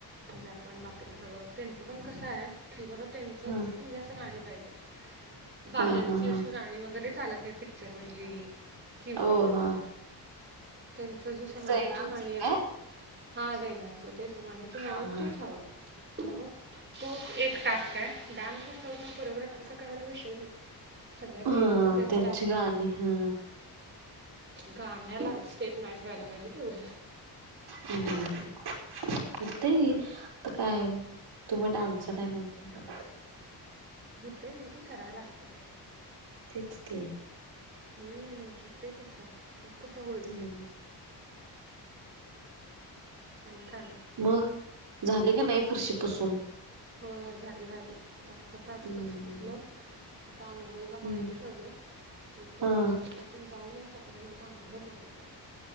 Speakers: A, on the right (about 25°); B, on the right (about 70°).
A: म्हणजे आपण बाकीच सगळं त्यांचं पण कसं आहे की बाबा त्यांचच
B: हा
A: म्हणजे असं गाणी पाहीजे बाहेरची
B: हा हा हा
A: अशी गाणी वगैरे चालत नाही ती पिक्चर मधली किंवा
B: हो
A: आस
B: हा
A: त्यांचं जी समाजाची
B: सैरामच
A: गाणी आहेत
B: काय
A: हा जैनानंच ते समाजा जे गाण
B: हा
A: आहे
B: हा
A: तेच हवं मग तोच एक टास्क आहे डान्स बस कोरिओग्राफीचा का एवढा विषय नाही सगळ्या लेडीजच
B: हा
A: आहेत
B: त्यांची
A: त्यामुंळ.
B: गाणी हा
A: गाण्याला स्टेप मॅच व्हायला पाहिजे तेवढंच.
B: हम्म. ते तर काय तुम्ही डान्स नाय म्हणतायं.
A: होतय नाही तर कराय लागतय.
B: तेच की
A: हम्म हुतंय कसं त्यात कस होईल.
B: हम्म
A: आणि काय मग?
B: मग झाले का नाही फरशी पुसून
A: हो झाली झाली मस्तच आज.
B: हम्म
A: फरशी पुसलो, आता आंघोळीला पाणी
B: हम्म
A: ठेवलंय, तो पण
B: हा
A: वॉशरूम ला तेन जाऊन ये तोपर्यंत मी आंघळ करून येतो.